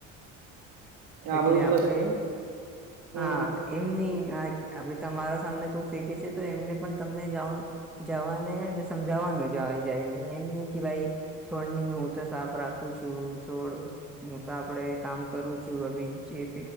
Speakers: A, on the right; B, in the centre.
A: આ
B: એટલે
A: બધું
B: આપડે
A: સસ્ હમ
B: હા, એમની તમારા સામને કોઈ ફેંકે છે, તો એમને પણ તમને જાઓ. જવાને અને સમજાવવાનું જ જાયને એમ નહીં કે ભાઈ છોડની હું તો સાફ રાખું. હું છુંય છોડ હું તો આપડે કામ કરું છું, જે